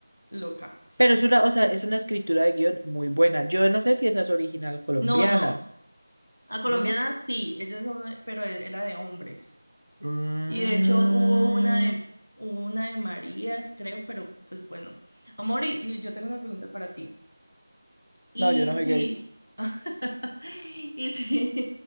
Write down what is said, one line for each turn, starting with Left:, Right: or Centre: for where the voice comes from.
Left: loca.
Right: Pero es una, o sea, es una escritura de guión muy buena. Yo no sé si esa es original colombiana.
Left: No, no. A colombianas
Right: No.
Left: sí, ellas son, una- pero era de hombres.
Right: Mm,
Left: Y de hecho hubo una de, hubo una de Marías, creo, pero pues bueno. Amor, y y yo tengo una pregunta para ti. Y
Right: no, yo no soy
Left: sí,
Right: gay.
Left: <laughs> y sí,